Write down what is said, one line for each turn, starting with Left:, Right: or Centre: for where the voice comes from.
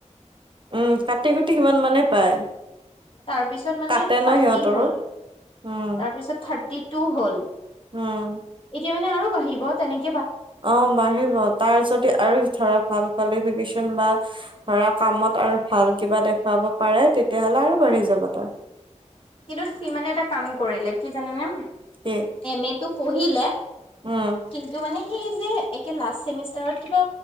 Right: উম, কাটি কুটি সিমান মানে পায়।
Left: তাৰপিছত মানে
Right: কাটে
Left: থাৰ্টি
Right: ন সিহঁতৰো
Left: হ'ল,
Right: উম
Left: তাৰপিছত থাৰ্টি টো হ'ল।
Right: উম।
Left: এতিয়া মানে আৰু বাঢ়িব তেনেক
Right: অ, মাৰিব তাৰ যদি আৰু ধৰাক ভাল কোৱালফিকেশ্বন বা ধৰা কামত আৰু ভাল কিবা দেখুৱাব পাৰে তেতিয়ালে আৰু বাঢ়ি যাব তাৰ
Left: কিন্তু সি মানে এটা কাম কৰিলে, কি জানানে?
Right: কি
Left: এম এ টো পঢ়িলে
Right: উম
Left: কিন্তু মানে সি যে, একে লাষ্ট ছেমিষ্টাৰাত কিবা,